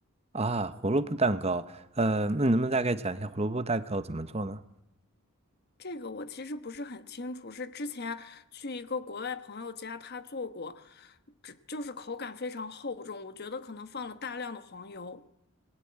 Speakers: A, on the right (about 30°); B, on the left (about 45°).
A: 啊，胡萝卜蛋糕，呃，那你能不能大概讲一下胡萝卜蛋糕怎么做呢？
B: 这个我其实不是很清楚，是之前去一个国外朋友家，他做过，只就是口感非常厚重，我觉得可能放了大量的黄油。